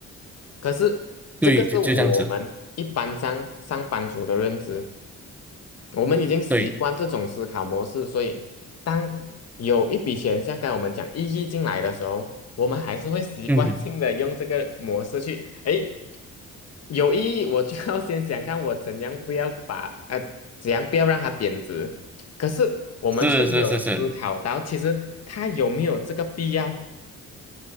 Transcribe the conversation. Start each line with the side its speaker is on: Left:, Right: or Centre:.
Left: 可是这个是我们一般上上班族的认知，
Centre: 对，就就这样子，
Left: 我们已经习惯这种思考模式，
Centre: 对，
Left: 所以当有一笔钱像刚才我们讲一亿进来的时候，我们还是会习惯性的用这个模式去，
Centre: 嗯哼，
Left: 诶，有意义，我就要先想看我怎样不要把呃怎样不要让它贬值，可是我们却没有思考到其实它有没有这个必要，
Centre: 是是是是，